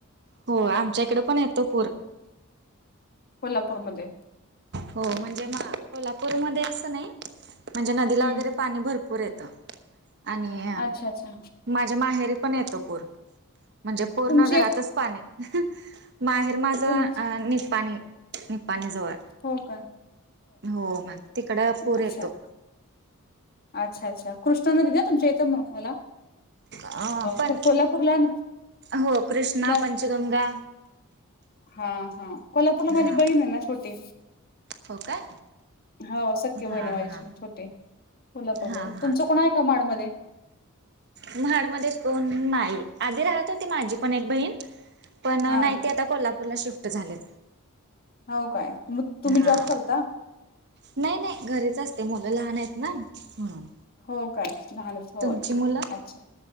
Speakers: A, on the right; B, on the left.
A: हो, आमच्या इकडे पण येतो पूर.
B: कोल्हापूरमध्ये.
A: हो म्हणजे म कोल्हापूरमध्ये असं नाही, म्हणजे नदीला
B: हम्म
A: वगैरे पाणी भरपूर येतं, आणि
B: अच्छा अच्छा
A: माझ्या माहेरी पण येतं पूर. म्हणजे पूर्ण
B: तुमचे
A: घरातच पाणी हं माहेर माझं
B: तुम
A: अ निपाणी. निपाणीजवळ.
B: हो का.
A: हो म तिकड पूर
B: अच्छा
A: येतो.
B: अच्छा अच्छा कृष्णा नदी ना तुमच्या इथं म मला.
A: अ पण
B: को कोल्हापूरला ना
A: हो कृष्णा,
B: न
A: पंचगंगा
B: हा हा, कोल्हापूरला माझी
A: हा
B: बहीण आहे ना छोटी.
A: हो काय
B: हो सख्खी बहिण
A: हा
B: आहे माझी
A: हा
B: छोटी कोल्हापूरमध्ये.
A: हा हा
B: तुमचं कोण आहे? कमाड मध्ये
A: म्हाडमध्ये कोण नाही. आधी राहत होती माझी पण एक बहीण पण
B: हा
A: नाही ती आता कोल्हापूरला शिफ्ट झालेत.
B: हो काय, तुम तुम्ही
A: हा
B: जॉब करता.
A: नाही नाही घरीच असते. मुलं लहान आहेत ना, म्हणून.
B: हो काय, लहानच होय
A: तुमची मुलं
B: अच्छा.